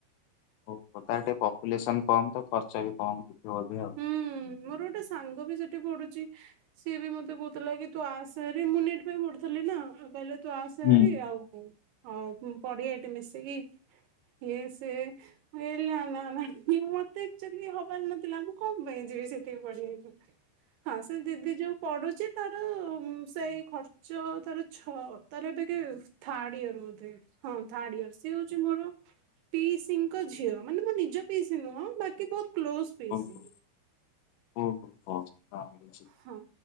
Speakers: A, on the left (about 75°); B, on the right (about 75°).
A: ଓ ତା ପପୁଲେସନ କମ ତ ଖର୍ଚ୍ଚ ବି କମ। ବୋଧେ ଆଉ।
B: ହୁଁ ମୋର ଗୋଟେ ସାଙ୍ଗ ବି ସେଠି ପଢ଼ୁଛି। ସିଏ ବି ମତେ କହୁଥିଲା କି ତୁ ଆସ ହେରି ମୁଁ ନିଟ ପାଇଁ ପଢୁଥିଲି ନାଉ କହିଲେ। ତୁ ଆସ
A: ହୁଁ।
B: ହୋର ଆଉ ମୁ ହଉ ପଢିଆ ଏଠି ମିଶିକି ଇଏ ସିଏ ହେଲା ନା ନା ମତେ ଲେକଚର ହବାର ନଥିଲା ମୁଁ କ ପାଇଁ ଯିବି ସେଠିକି ପଢିବାକୁ- ହଁ ସେ ଦିଦି ଯୋଉ ପଢ଼ୁ ଚି ଯେ ତାର ସେଇ ଖର୍ଚ୍ଚ ତାର ଛ ତାର ଏବେ ଥାର୍ଡ ଇୟର ବୋଧେ ହଁ ଥାର୍ଡ ଇୟର ସ ହଉଛି ମୋର ପିଇସିଙ୍କ ଝିଅ ମାନେ ମୁଁ ନିଜ ପିଇସି ନୁହଁ ବାକି ବହୁତ କ୍ଲୋଜ ପିସ
A: ଓହୋ ଓହୋ ହୋ
B: ହଁ